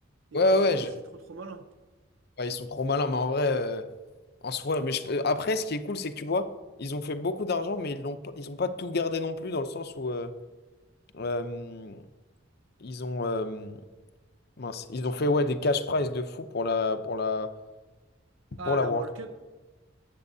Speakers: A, on the right; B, on the left.
A: Et
B: ouais,
A: non, ils sont...
B: ouais, je-
A: c'est trop trop malin.
B: ouais, ils sont trop malins, mais en vrai, euh, en soi, mais je- euh, après, ce qui est cool, c'est que tu vois, ils ont fait beaucoup d'argent, mais ils l'ont, pas- ils ont pas tout gardé non plus, dans le sens où... euh, euh, ils ont, euh, Mince, ils ont fait ouais, des cash prize de fou pour la, pour la,
A: Ah,
B: pour la
A: la
B: World
A: World
B: Cup.
A: Cup.